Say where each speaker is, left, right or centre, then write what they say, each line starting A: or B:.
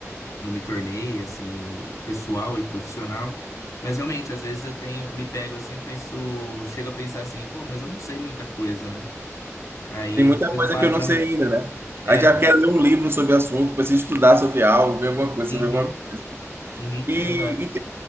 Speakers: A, on the left; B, on the right.
A: eu me tornei, assim, pessoal e profissional, mas realmente, às vezes eu tenho, me pego assim, eu penso, chego a pensar assim, pô, mas eu não sei muita coisa, né? Aí
B: Tem muita
A: depois
B: coisa
A: eu paro
B: que eu não
A: pra.
B: sei
A: re-
B: ainda, né?
A: É,
B: A gente já quer ler um livro sobre o assunto, precisa estudar sobre algo, ver alguma coisa
A: uhum,
B: sobre alguma coisa.
A: uhum,
B: E,
A: exato.